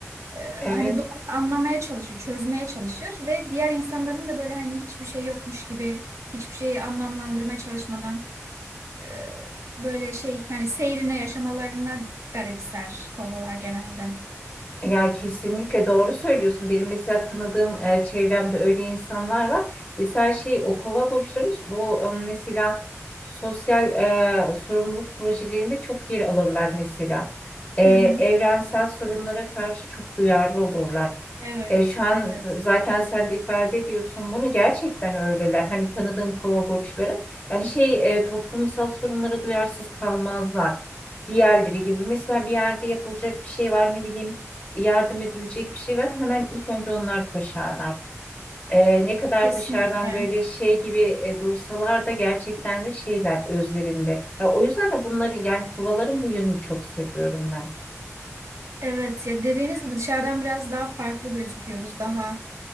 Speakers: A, on the right (about 65°); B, on the left (about 30°).
A: e, hani
B: evet
A: doğru anlamaya çalışır, çözmeye çalışır ve diğer insanların da böyle hani hiçbir şey yokmuş gibi hiçbir şeyi anlamlandırmaya çalışmadan e, böyle şey hani seyrine yaşamalarına garipser kovalar genelde.
B: ya kesinlikle doğru söylüyorsun. Benim mesela tanıdığım e, çevremde öyle insanlar var. Mesela şey o kova burçları bu e, mesela sosyal e, sorumluluk projelerinde çok yer alırlar mesela. E,
A: Hı hı.
B: evrensel sorunlara karşı çok duyarlı olurlar.
A: Evet,
B: E, şu an
A: evet.
B: zaten sen de ifade ediyorsun bunu gerçekten öyleler. Hani tanıdığım kova yani şey e, toplumsal sorunlara duyarsız kalmazlar. Diğerleri gibi mesela bir yerde yapılacak bir şey var ne bileyim yardım edilecek bir şey var hemen ilk önce onlar koşarlar. E, ne kadar
A: Kesinlikle.
B: dışarıdan böyle şey gibi e, dursalar da gerçekten de şeyler özlerinde. Ya, o yüzden de bunları yani kovaların bu yönünü çok seviyorum ben.
A: Evet ya dediğiniz gibi dışarıdan biraz daha farklı gözüküyoruz. Daha